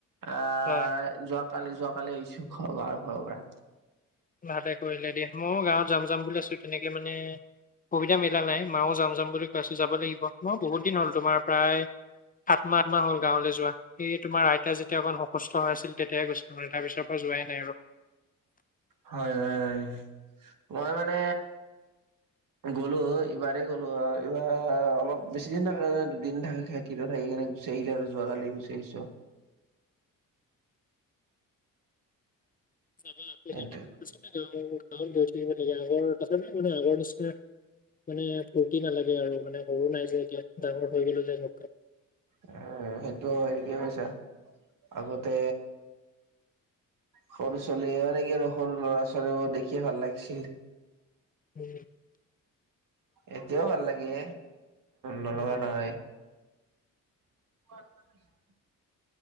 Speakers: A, on the right; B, on the left.
A: আ
B: হয়
A: যোৱা কালি যোৱ কালি আহিছো ঘৰৰ গাঁৱৰ ঘৰৰ পৰা।
B: ভালে কৰিলে দিয়া মইয়ো গাঁৱত যাম যাম বুলি আছোঁ তেনেকে মানে। সুবিধা মিলা নাই মাওঁ যাম যাম বুলি কৈ আছো যাব লাগিব মই বহুত দিন হ'ল তোমাৰ প্ৰায় সাত মাহ আঠ মাহ হ'ল গাঁৱলে যোৱা। এই তোমাৰ আইতা যেতিয়া অকণ অসুস্থ হৈ আছিল তেতিয়াহে গৈছিলোঁ মানে তাৰপিছৰ পৰা যোৱাই নাই আৰু।
A: হয় হয় হয় মই মানে।
B: <unintelligible>
A: গ'লো ইবাৰেই গ'লো হয় এইবাৰ অলপ বেছি দিন থাকে দুদিন থাকা খায়। এৰিকিনে গুচি আহিলে আৰু যোৱাকালি গুচি আহিছোঁ।
B: যাবা
A: সেইটোৱে
B: <unintelligible> লাগে। আগৰ তা মানে আগৰ নিচিনা মানে ফূৰ্তি নালাগে আৰু মানে সৰু নাই যে এতিয়া, ডাঙৰ হৈ গলোঁ যে ঘপঘপ।
A: এ, সেইটো হয় ঠিকে কৈছা। আগতে সৰু ছোৱালী আৰে কি আৰু সৰু ল'ৰা ছোৱালীবোৰ দেখিয়ে ভাল লাগিছিল।
B: <unintelligible>
A: এতিয়াও ভাল লাগে, নলগা
B: উম
A: নহয়। <unintelligible>